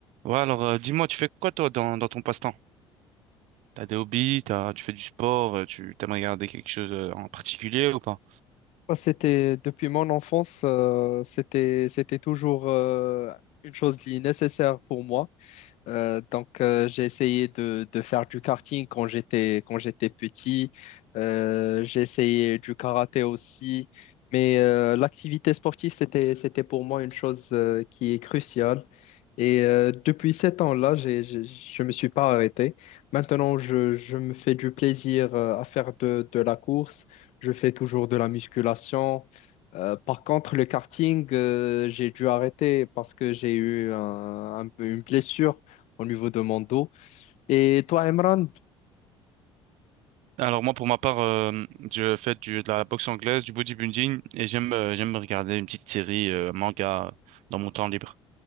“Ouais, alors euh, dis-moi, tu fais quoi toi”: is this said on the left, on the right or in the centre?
Right